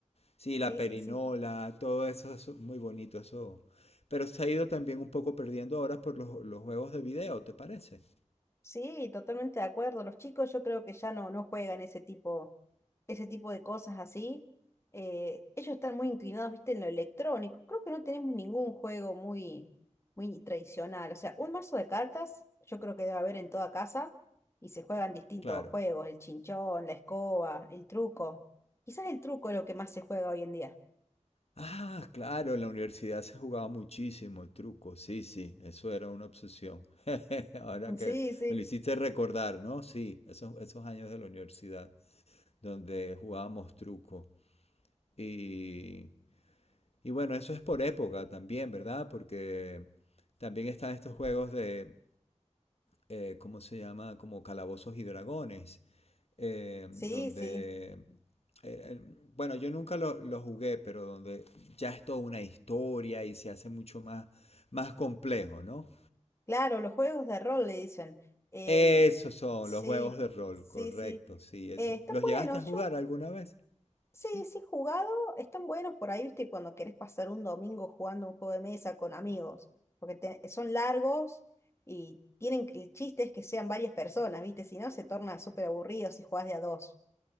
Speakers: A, on the left; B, on the left.
A: sí,
B: sí,
A: la perinola,
B: sí, sí.
A: todo eso es muy bonito, eso. Pero se ha ido también un poco perdiendo ahora por los, los juegos de video, ¿te parece?
B: Sí, totalmente de acuerdo. Los chicos yo creo que ya no, no juegan ese tipo. ese tipo de cosas así, eh, ellos están muy inclinados, viste, en lo electrónico. Creo que no tenemos ningún juego muy, muy tradicional. O sea, un mazo de cartas, yo creo que debe haber en toda casa y se juegan distintos
A: Claro.
B: juegos, el chinchón, la escoba, el truco. Quizás el truco es lo que más se juega hoy en día. <laughs>
A: Ah, claro, en la universidad se jugaba muchísimo el truco, sí, sí, eso era una obsesión. <laughs> Ahora que
B: Sí, sí,
A: me lo hiciste recordar, ¿no? Sí, esos, esos años de la universidad donde jugábamos truco. Y, y bueno, eso es por época también, ¿verdad? Porque también están estos juegos de, eh, ¿cómo se llama? Como calabozos y dragones, eh,
B: sí,
A: donde,
B: sí.
A: eh, eh, bueno, yo nunca lo, lo jugué, pero donde ya es toda una historia y se hace mucho más, más complejo, ¿no?
B: Claro, los juegos de rol le dicen. Em,
A: Esos son
B: sí,
A: los juegos de rol,
B: sí,
A: correcto,
B: sí.
A: sí, eso.
B: Eh, están
A: ¿Los
B: buenos.
A: llegaste a jugar
B: Yo
A: alguna vez?
B: Sí,
A: Sí,
B: sí, he jugado, están buenos por ahí, viste, cuando querés pasar un domingo jugando un juego de mesa con amigos, porque te- son largos y tienen que- el chiste es que sean varias personas, viste, si no se torna súper aburrido si jugás de a dos.